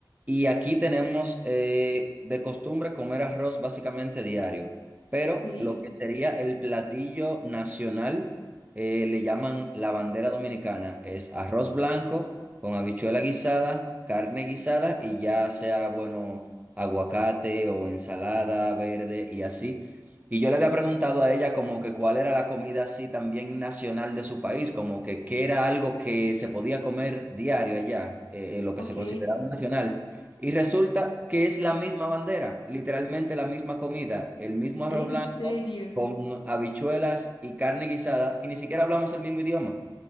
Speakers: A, on the right; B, on the left.
A: Y aquí tenemos eh, de costumbre comer arroz básicamente diario, pero
B: sí,
A: lo que sería el platillo nacional, eh, le llaman la bandera dominicana, es arroz blanco con habichuela guisada, carne guisada y ya sea, bueno, aguacate o ensalada verde y así. Y yo le había preguntado a ella como que cuál era la comida así también nacional de su país, como que qué era algo que se podía comer diario allá, eh, lo que
B: ok.
A: se consideraba nacional. Y resulta que es la misma bandera, literalmente la misma comida, el mismo arroz
B: En
A: blanco
B: serio.
A: con habichuelas y carne guisada, y ni siquiera hablamos el mismo idioma.